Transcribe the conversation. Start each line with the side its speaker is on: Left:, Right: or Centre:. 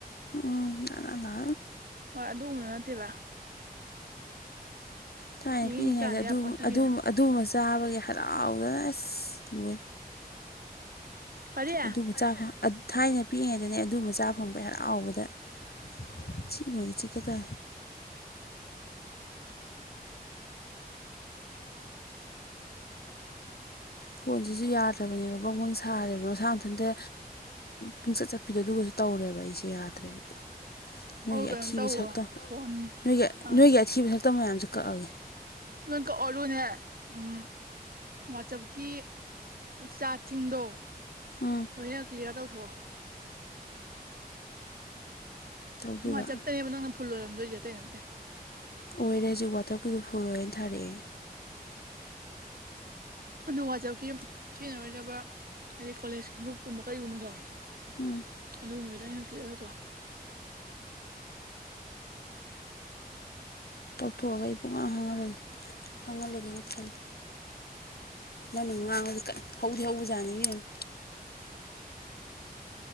Left: ꯎꯝ ꯂꯅꯥ ꯂ
Right: ꯍꯣꯏ ꯑꯗꯨꯒꯨꯝꯕꯗꯨ ꯅꯠꯇꯦꯕ
Left: ꯊꯥꯏꯅ
Right: ꯌꯦꯡ
Left: ꯄꯤꯛꯏꯉꯩꯗ
Right: ꯌꯦꯡ ꯆꯥꯗ ꯌꯥꯄꯣꯟꯇꯦ ꯏꯕꯦꯝꯃ
Left: ꯑꯗꯨꯕ ꯆꯥꯕꯒꯤ ꯍꯔꯥꯎꯗꯅ ꯑꯁ ꯂꯣꯏꯔꯦ
Right: ꯀꯔꯤ
Left: ꯑꯗꯨꯕꯨ ꯊꯥꯏꯅ ꯄꯤꯛꯏꯉꯩꯗꯅꯦ ꯑꯗꯨꯕꯨ ꯆꯥ ꯐꯪꯕ ꯍꯔ ꯍꯥꯎꯕꯗ ꯆꯥꯛ ꯆꯠꯃꯣꯏ ꯏꯆꯀꯗ ꯐꯣꯟꯁꯤꯁꯨ ꯌꯥꯗ꯭ꯔꯕꯅꯦꯕ ꯃꯥꯎ ꯃꯪꯁ ꯊꯥꯔꯦꯕ ꯃꯁꯥ ꯃꯊꯟꯇ ꯄꯨꯡꯆꯠ ꯆꯠꯄꯤꯗꯣꯗꯨꯒꯁꯨ ꯇꯧꯔꯦꯕ ꯑꯩꯁꯨꯦ ꯌꯥꯗ꯭ꯔꯦꯕ ꯅꯣꯏꯒꯤ
Right: ꯑꯣ ꯀꯩꯅꯣ
Left: ꯑꯊꯤꯕ
Right: ꯇꯧꯋꯣ
Left: ꯁꯛꯇꯝ
Right: ꯐꯣꯟ
Left: ꯅꯣꯏꯒꯤ
Right: ꯑꯥ
Left: ꯅꯣꯏꯒꯤ ꯑꯊꯤꯕ ꯁꯛꯇꯝ ꯃꯌꯥꯝꯁꯦ ꯀꯛꯑꯒꯦ
Right: ꯂꯣꯏꯀ ꯑꯔꯟ ꯍ ꯎꯝ ꯋꯥꯆꯕꯀꯤ ꯁꯥ ꯁꯤꯡꯗꯣ
Left: ꯎꯝ
Right: ꯂꯣꯏꯅ ꯀ꯭ꯂꯤꯌꯥꯔ ꯇꯧꯊꯣꯛꯑꯣ
Left: ꯇꯧꯗꯣꯏꯕ
Right: ꯃꯥ ꯆꯠꯇꯅꯦꯕ ꯅꯪꯅ ꯐꯨꯜ ꯂꯣꯏꯔꯝꯗꯣꯏꯁꯦ ꯑꯇꯩ ꯅꯠꯇꯦ
Left: ꯑꯣꯏꯔꯦ ꯍꯧꯖꯤꯛ ꯋꯥꯇꯔ ꯀꯗꯣ ꯐꯨꯜ ꯑꯣꯏꯔꯦꯅ ꯊꯥꯔꯛꯑꯦ
Right: ꯑꯗꯨ ꯋꯥꯆꯞꯀꯤ ꯁꯤꯖꯤꯟꯅꯔꯣꯏꯗꯕ ꯍꯥꯏꯗꯤ ꯀꯣꯂꯦꯖꯀꯤ ꯒ꯭ꯔꯨꯞꯀꯨꯝꯕ ꯀꯩꯒꯨꯝꯕꯗꯣ
Left: ꯎꯝ
Right: ꯑꯗꯨꯒꯨꯝꯕꯗꯨꯗ ꯑꯩꯅ ꯀꯤꯒꯗꯣ
Left: ꯇꯧꯊꯣꯛꯑꯒ ꯑꯩ ꯄꯨꯡꯉꯥꯡ ꯍꯥꯡꯍꯜꯂꯁꯤ ꯍꯪꯍꯜꯂꯒꯦꯅ ꯈꯜꯂꯤ ꯅꯪꯅ ꯉꯥꯡꯉꯗꯤ ꯀ ꯍꯧꯗꯤ ꯍꯧꯕꯖꯥꯠꯅꯤꯕꯅ